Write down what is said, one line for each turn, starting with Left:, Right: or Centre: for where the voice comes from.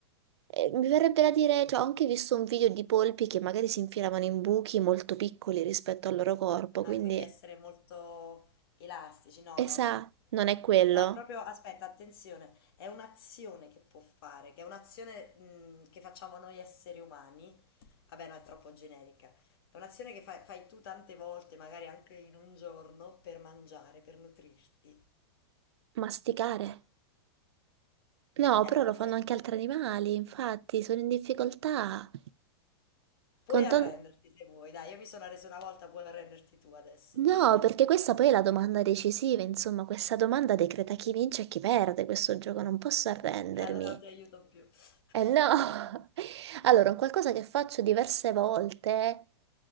Right: eh, mi verrebbe da dire, cioè ho anche visto un video di polpi che magari si infilavano in buchi molto piccoli rispetto al loro corpo,
Left: Ah,
Right: quindi,
Left: quindi essere molto elastici. No,
Right: e
Left: no,
Right: sa,
Left: no.
Right: non è quello,
Left: No, è proprio, aspetta, attenzione, è un'azione che può fare, che è un'azione mh, che facciamo noi esseri umani. Vabbè, no, è troppo generica. È un'azione che fai, fai tu tante volte, magari anche in un giorno, per mangiare, per nutrirti.
Right: masticare. No,
Left: Eh
Right: però
Left: no,
Right: lo
Left: mica
Right: fanno
Left: c'è
Right: anche
Left: dentro.
Right: altri animali, infatti sono in difficoltà.
Left: Puoi
Right: Con
Left: arrenderti
Right: tan-
Left: se vuoi, dai, io mi sono arreso una volta, puoi arrenderti tu adesso.
Right: No,
Left: <laughs>
Right: perché questa poi è la domanda decisiva, insomma, questa domanda decreta chi vince e chi perde questo gioco, non posso arrendermi.
Left: Allora non ti aiuto più. <laughs>
Right: Eh no! <laughs> Allora, un qualcosa che faccio diverse volte